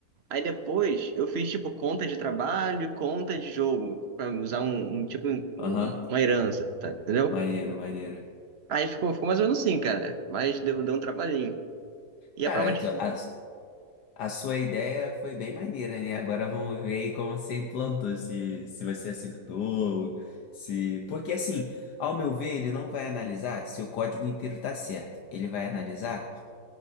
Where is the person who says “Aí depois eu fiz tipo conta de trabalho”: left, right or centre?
Right